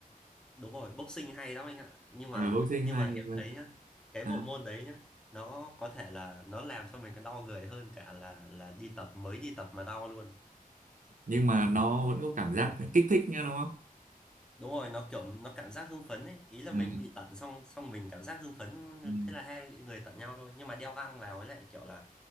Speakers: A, in the centre; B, on the right (about 60°).
A: đúng rồi boxing hay lắm anh ạ nhưng mà
B: à, boxing
A: nhưng
B: hay
A: mà em
B: vậy.
A: thấy nhá cái
B: à,
A: bộ môn đấy nhá nó có thể là nó làm cho mình còn đau người hơn cả là là đi tập mới đi tập mà đau luôn
B: nhưng mà nó vẫn có cảm giác kích thích nha đúng không
A: đúng rồi nó kiểu nó cảm giác hưng phấn ấy ý là
B: ừ.
A: mình bị tận xong xong mình cảm giác hưng phấn
B: Ừ.
A: thế là hai người tận nhau thôi nhưng mà đeo găng vào ấy lại kiểu là